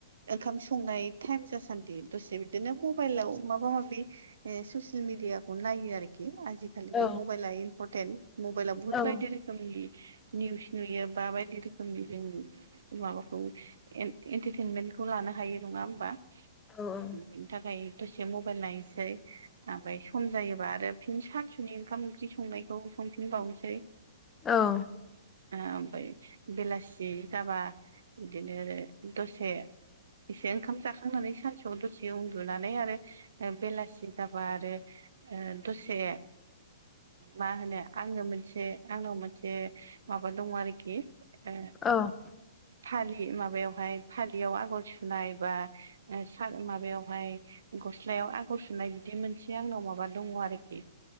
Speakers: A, on the right; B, on the left.
A: ओंखाम संनाय टाइम जासान्दि दसे बिदिनो मबाइलाव माबा माबि ए ससियेल मिडियाखौ नायो आरोखि आजिखालि
B: औ
A: मबाइला इमपरटेट मबाइला बुहु
B: औ
A: बदि रो- - खोमनि निउस नुयो बा बायदि रोखोमनि जों माबाखौ एन एन्टेटेनमेन्टखौ लानो हायो नंङा होमबा
B: औ औ
A: बिनि थाखाय दसे मबेइल नायसै ओमफाय सम जायोबा आरो फिन सास फुंनि ओंखाम ओंख्रि संनायखौ संफिनबावनोसै
B: औ
A: ओ ओमफाय बेलासि जाबा बिदिनो आरो दसे एसे ओंखाम जाखांनानै सानसेआव दसे उन्दुनानै आरो ओ बेलासि जाबा आरो ओ दसे मा होनो आंङो मोनसे आंनाव मोनसे माबा दंङ आरोखि ओ
B: औ
A: थालि माबायावहाय फालियाव आगर सुनाय बा ओ सान माबायावहाय गस्लायाव आगर सुनाय बिदि मोनसे आंनाव माबा दंङ आरोखि